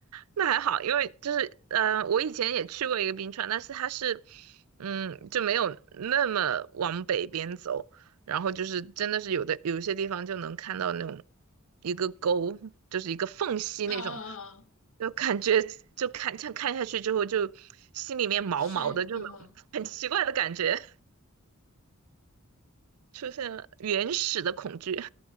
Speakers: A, on the right; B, on the left.
A: 那还好，因为就是，呃，我以前也去过一个冰川，但是它是，嗯，就没有那么往北边走，然后就是真的是有的有一些地方就能看到那种一个沟，就是一个缝隙那种，
B: 嗯嗯嗯，
A: 就感觉就看像看下去之后就心里面毛毛的，
B: 深嗯
A: 就那种很奇怪的感觉，出现了原始的恐惧。